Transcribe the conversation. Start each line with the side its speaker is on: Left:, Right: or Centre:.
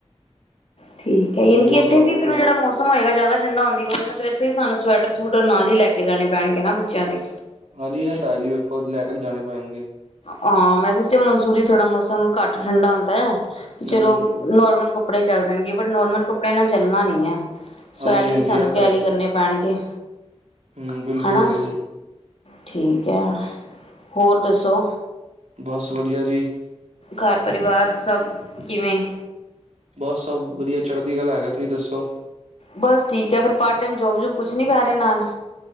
Left: ਠੀਕ ਹੈ ਯਾਨੀ
Right: ਹੋਰ
Left: ਕਿ ਇੱਥੇ
Right: ਬਾਕੀ
Left: ਵੀ ਫੇਰ ਜਿਹੜਾ ਮੌਸਮ ਮੌਸਮ ਹੋਏਗਾ ਜ਼ਿਆਦਾ ਠੰਡਾ ਹੋਣ ਦੀ ਵਜ੍ਹਾ ਨਾਲ ਫੇਰ ਇੱਥੇ ਸਾਨੂੰ ਸਵੈਟਰ-ਸਵੂਟਰ ਨਾਲ ਹੀ ਲੈ ਕੇ ਜਾਣੇ ਪੈਣਗੇ ਨਾ ਬੱਚਿਆਂ ਦੇ।
Right: ਹਾਂਜੀ ਇਹ ਤੇ ਹੈ ਜੀ ਵੇਖੋ ਲੈ ਕੇ ਤਾਂ ਜਾਣੇ ਪੈਣਗੇ।
Left: ਹਾਂ, ਮੈਂ ਸੋਚਿਆ ਮਨਸੂਰੀ ਥੋੜਾ ਮੌਸਮ ਘੱਟ ਠੰਡਾ ਹੁੰਦਾ ਐ
Right: ਹੂੰ-ਹੂੰ,
Left: ਚਲੋ ਨੋਰਮਲ ਕੱਪੜੇ ਚੱਲ ਜਾਣਗੇ, ਬਟ ਨੋਰਮਲ ਕੱਪੜਿਆਂ ਨਾਲ ਚੱਲਣਾ ਨਹੀਂ ਹੈ।
Right: ਹਾਂਜੀ-ਹਾਂਜੀ
Left: ਸਵੈਟਰ ਹੀ ਸਾਨੂੰ
Right: ਐ
Left: ਕੈਰੀ ਕਰਨੇ ਪੈਣਗੇ।
Right: ਹਮ, ਬਿਲਕੁਲ,
Left: ਹਨਾ
Right: ਬਿਲਕੁਲ।
Left: ਠੀਕ ਹੈ, ਹੋਰ ਦੱਸੋ?
Right: ਬਸ ਵਧੀਆ ਜੀ।
Left: ਘਰ ਪਰਿਵਾਰ ਸਭ ਕਿਵੇਂ?
Right: ਬਸ ਸਭ ਵਧੀਆ ਚੜ੍ਹਦੀ ਕਲਾ ਹੈਗਾ, ਤੁਸੀਂ ਦੱਸੋ?
Left: ਬਸ ਠੀਕ ਹੈ, ਫੇਰ ਪਾਰਟ ਟਾਈਮ ਜੋਬ-ਜੂਬ ਕੁਛ ਨੀ ਕਰ ਰਹੇ ਨਾਲ।